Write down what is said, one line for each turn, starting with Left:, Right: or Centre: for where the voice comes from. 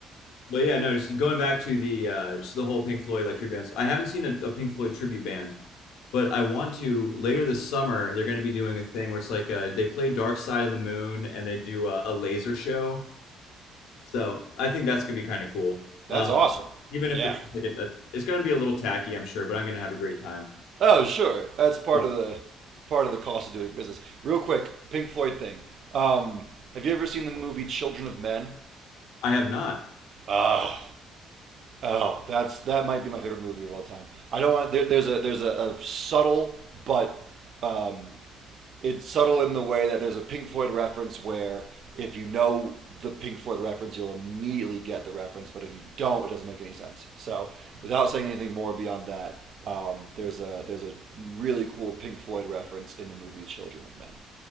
Left: But yeah, no, just going back to the uh, just the whole Pink Floyd like tribute bands. I haven't seen a, a Pink Floyd tribute band, but I want to later this summer. They're going to be doing a thing where it's like uh, they play Dark Side of the Moon and they do a, a laser show So I think that's gonna be kind of cool.
Right: That's
Left: Um,
Right: awesome.
Left: even
Right: Yeah.
Left: if it's just like a, it's gonna be a little tacky, I'm sure, but I'm gonna have a great time.
Right: Oh sure, that's part
Left: Oh,
Right: of the part of the cost of doing business. Real quick, Pink Floyd thing. Um, have you ever seen the movie Children of Men?
Left: I have not.
Right: Oh, Oh, that's that might be my favorite movie of all time. I don't want there, there's a there's a, a subtle but um, it's subtle in the way that there's a Pink Floyd reference where if you know the Pink Floyd reference, you'll immediately get the reference, but if you don't, it doesn't make any sense. So without saying anything more beyond that, um, there's a there's a really cool Pink Floyd reference in the movie Children of Men.